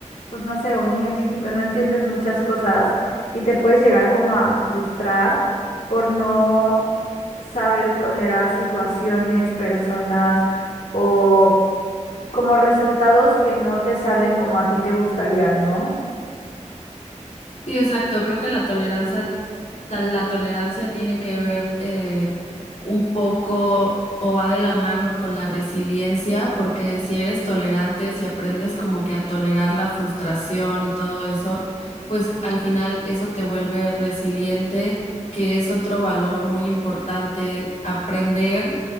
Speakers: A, on the left; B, on the left.
A: pues no sé, un niño chiquito, no entiendes muchas cosas y te puedes llegar como a frustrar por no saber tolerar situaciones, personas o como resultados que no te salen como a ti te gustaría, ¿no?
B: Sí, exacto. Creo que la tolerancia, tal, la tolerancia tiene que ver eh, un poco o va de la mano con la resiliencia, porque si eres tolerante, si aprendes como que a tolerar la frustración y todo eso, pues al final eso te vuelve resiliente, que es otro valor muy importante aprender